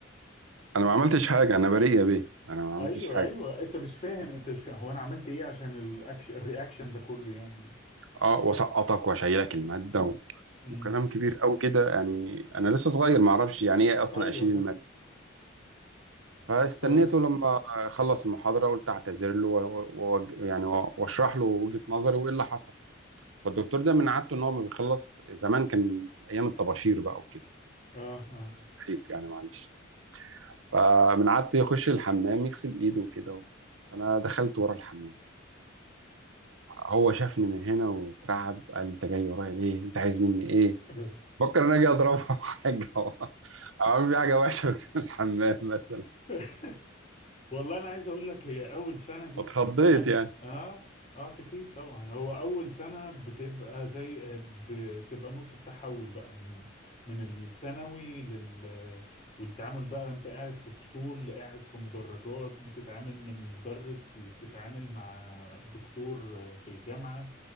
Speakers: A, on the right (about 80°); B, on the left (about 35°).
A: انا ما عملتش حاجه انا بريء يا بيه انا ما عملتش
B: أيوه
A: حاجه
B: أيوه أنت مش فاهم أنت مش فاهم هو أنا عملت إيه عشان الأكشن الرياكشن ده كله يعني
A: اه واسقطك واشيلك الماده و...
B: امم
A: وكلام كبير قوي كده يعني انا لسه صغير ما اعرفش يعني ايه اصلا
B: أيوه
A: اشيل
B: صح
A: الماده فاستنيته
B: ف آه
A: لما خلص المحاضره قلت اعتذر له و... و... وأوج- يعني و- واشرح له وجهه نظري وايه اللي حصل فالدكتور ده من عادته ان هو ما بيخلص زمان كان ايام الطباشير بقى وكده
B: آه
A: حيك يعني معلش فمن عادته يخش الحمام يغسل ايده وكده وبتاع فانا دخلت ورا الحمام هو شافني من هنا واترعب قال انت جاي ورايا ليه انت عايز مني ايه
B: أيوه
A: فكر ان انا اجي اضربه أو حاجه أو اعمل فيه حاجه وحشه في الحمام مثلا
B: <laughs> والله انا عايز اقول لك هي اول سنه دي
A: اتخضيت
B: انا
A: يعني
B: اه اه اكيد طبعا هو اول سنه بتبقى زي بتبقى نقطه تحول بقى من من الثانوي لل والتعامل بقى انت قاعد في فصول قاعد في مدرجات بتتعامل من مدرس اللي بتتعامل مع دكتور في الجامعه